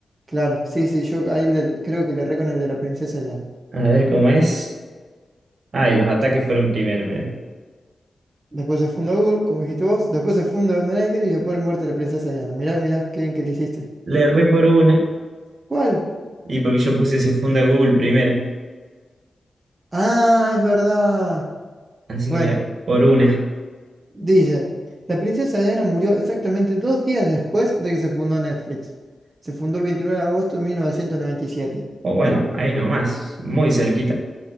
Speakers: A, on the right; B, on the right.
A: Claro, sí, sí, yo ahí le- creo que le erré con el de la princesa Diana.
B: A ver cómo es. Ah, y los ataques fueron primero, mira.
A: Después se funda Google, como dijiste vos, después se funda Netflix y después la muerte de la princesa Diana. Mirá, mirá, qué bien que le hiciste.
B: Le erré por una
A: ¿Cuál?
B: y porque yo puse se funda Google primero.
A: Ah, es verdad.
B: Así
A: Bueno,
B: que mira, por una.
A: Dice, la princesa Diana murió exactamente dos días después de que se fundó Netflix. Se fundó el 29 de agosto de mil novecientos noventa y siete
B: O bueno, ahí nomás, muy cerquita.